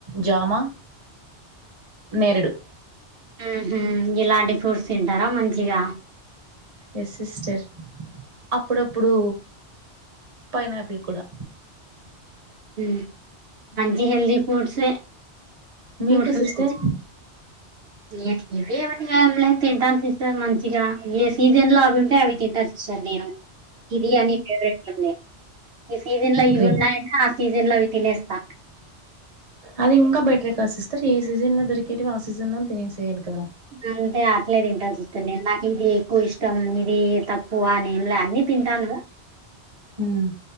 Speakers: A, on the right (about 35°); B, on the right (about 65°).
A: జామా నేరేడు
B: ఉ హామ్ ఇలాంటి ఫ్రూట్స్ తింటారా మంచిగా
A: ఎస్ సిస్టర్ అప్పుడప్పుడు పైనాపిల్ కూడా
B: ఉహు మంచి హెల్ది ఫ్రూట్సే ఫ్రూట్స్
A: మీకు సిస్టర్
B: ఏటి కెవే ఏం లేదు తింటాను సిస్టర్ మంచిగా ఏ సీజన్ లో అవి ఉంటే అవి తింటా సర్ నేను ఇది అన్ని ఫేవ్రెట్ లు ఉన్నాయ్ ఈ సీజన్ లో ఇవి
A: గ్రేట్
B: ఉన్నాయంటే ఆ సీజన్ లో అవి తినేస్తా
A: అది ఇంకా బేటరే కదా సిస్టర్ ఏ సీజన్ లో దొరికేటివి ఆ సీజన్ లో తినేసెయాలి కదా
B: అంతే అట్లే తింటా సిస్టర్ నేను నాకు ఇంకా ఎక్కువ ఇష్టం ఇది తక క్వ ఏంలా అన్నీ తింటాను
A: మ్,